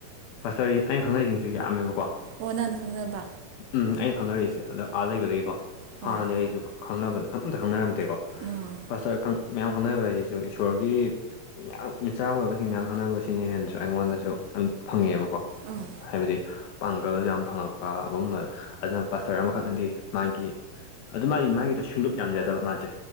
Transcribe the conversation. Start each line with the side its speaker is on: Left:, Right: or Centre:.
Left: ꯄꯥꯥꯁꯇꯔꯒꯤ ꯑꯩꯅ ꯈꯪꯅꯩꯁꯤꯡꯁꯨ ꯌꯥꯝꯃꯦꯕꯀꯣ
Right: ꯑꯣ ꯅꯪꯅ ꯈꯪꯅꯕ
Left: ꯎꯝ ꯑꯩꯅ ꯈꯪꯅꯔꯛꯏꯁꯦ ꯑꯗꯣ ꯑꯥ ꯂꯩꯕꯗꯒꯤꯀꯣ
Right: ꯍꯣꯏ
Left: ꯍꯥꯟꯅꯗꯤ ꯑꯩꯁꯨ ꯈꯪꯅꯕ ꯑꯝꯇ ꯈꯪꯅꯔꯝꯗꯦꯀꯣ
Right: ꯑꯣ
Left: ꯄꯥꯁꯇꯔ ꯃꯌꯥꯝ ꯈꯪꯅꯕ ꯍꯥꯏꯁꯤꯁꯨ ꯏꯁꯣꯔꯒꯤ ꯌꯥꯝ ꯃꯤꯆꯥ ꯑꯣꯏꯕꯁꯤꯡ ꯃꯌꯥꯝ ꯈꯟꯅꯕꯁꯤꯅ ꯍꯦꯟꯅꯁꯨ ꯑꯩꯉꯣꯟꯗꯁꯨ ꯑ ꯐꯪꯉꯑꯦꯕꯀꯣ
Right: ꯑꯣ
Left: ꯍꯥꯏꯕꯗꯤ ꯄꯥꯡꯒꯜ ꯌꯥꯝ ꯐꯪꯉꯛꯄ ꯒꯨꯝꯕ ꯑꯗꯨꯅ ꯄꯥꯁꯇꯔ ꯑꯃꯈꯛꯅꯗꯤ ꯃꯥꯒꯤ ꯑꯗꯨ ꯃꯥꯒꯤ ꯃꯥꯒꯤꯗꯣ ꯁꯨꯡꯂꯨꯞ ꯌꯥꯝꯖꯗꯕ ꯃꯥꯁꯦ